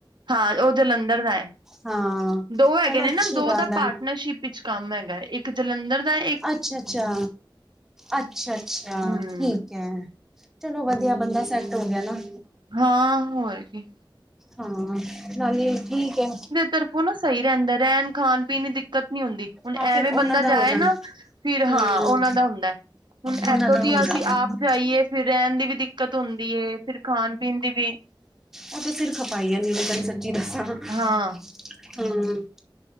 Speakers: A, on the right; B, in the centre.
A: ਹਾਂ ਉਹ ਜਲੰਧਰ ਦਾ ਐ,
B: ਹਾਂ
A: ਦੋ ਹੈਗੇ
B: ਚਲੋ
A: ਨੇ
B: ਅੱਛੀ
A: ਨਾ, ਦੋ
B: ਗੱਲ
A: ਦਾ ਪਾਰਟਨਰਸ਼ਿਪ
B: ਹੈ
A: ਵਿੱਚ ਕੰਮ ਹੈਗਾ ਏ, ਇੱਕ ਜਲੰਧਰ ਦਾ ਏ
B: ਅੱਛਾ ਅੱਛਾ, ਅੱਛਾ ਅੱਛਾ,
A: ਹਮ
B: ਠੀਕ। ਕੈ, ਚਲੋ ਵਧੀਆ ਬੰਦਾ ਸੈੱਟ ਹੋ ਗਿਆ ਨਾ।
A: ਹਾਂ ਹੋਏ ਕੀ।
B: ਹੂੰ ਨਾਲੇ ਠੀਕ ਐ।
A: ਤਰਫੋ ਨਾ ਸਹੀ ਰਹਿੰਦਾ ਰਹਿਣ, ਖਾਣ ਇੰਨੀ ਦਿੱਕਤ ਨੀ ਹੁੰਦੀ, ਹੁਣ
B: ਹਾਂ
A: ਐਵੇਂ
B: ਫੇਰ ਉਹਨਾਂ
A: ਬੰਦਾ
B: ਦਾ
A: ਜਾਏ
B: ਹੋ ਜਾਂਦਾ
A: ਨਾ, ਫਿਰ ਹਾਂ
B: ਹਮ
A: ਉਹਨਾਂ ਦਾ ਹੁੰਦਾ। ਹੁਣ
B: ਉਹਨਾਂ
A: ਇੱਥੋਂ
B: ਦਾ
A: ਦੀ
B: ਹੋ
A: ਅਸੀਂ
B: ਜਾਂਦਾ
A: ਆਪ ਜਾਈਏ, ਫਿਰ ਰਹਿਣ ਦੀ ਵੀ ਦਿਕ ਦਿੱਕਤ ਹੁੰਦੀ ਏ, ਫਿਰ ਖਾਣ-ਪੀਣ ਦੀ ਵੀ।
B: ਉਹ ਤੇ ਸਿਰ ਖਪਾਈ ਐ ਨਿਰੀ ਤੇਨੂੰ ਸੱਚੀ ਦੱਸਾਂ ਹੂੰ।
A: ਹਾਂ